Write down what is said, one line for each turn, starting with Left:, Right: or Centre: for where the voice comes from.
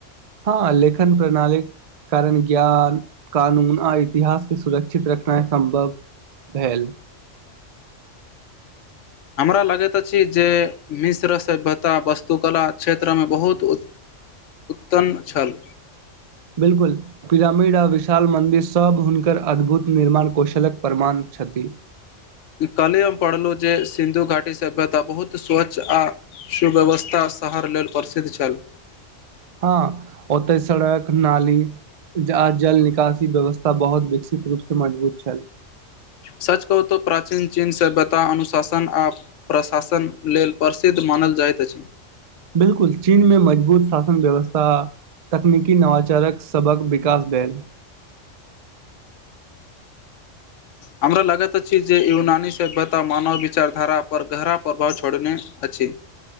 Right: हँ लेखन प्रणाली कारण ज्ञान कानून आ इतिहासके सुरक्षित रखना ह सम्भव भेल
Left: हमरा लगैत अछि जे मिश्र सभ्यता वस्तुकला क्षेत्रमे बहुत उत्पन्न छल
Right: बिलकुल पिरामिड आ विशाल मन्दिर सभ हुनकर अद्भुत निर्माण कौशलक प्रमाण छथि
Left: ई कले हम पढ़लहु जे सिन्धु घाटी सभ्यता बहुत स्वच्छ आ सुव्यवस्था शहर लेल प्रसिद्ध छल
Right: हँ ओतऽ सड़क नाली ज जल निकासी व्यवस्था बहुत विकसित रूपसँ मजबूत छल
Left: सच कहू तो प्राचीन चिन्ह सँ सभयता अनुशासन आप प्रशासन लेल प्रसिद्ध मानल जाइत अछि
Right: बिल्कुल चीन मे मजबूत शासन व्यवस्था तकनीकी नवाचारक सभक विकास भेल
Left: हमरा लागैत अछि जे यूनानी सभ्यता मानव विचारधारा पर गहरा प्रभाव छोड़ने अछि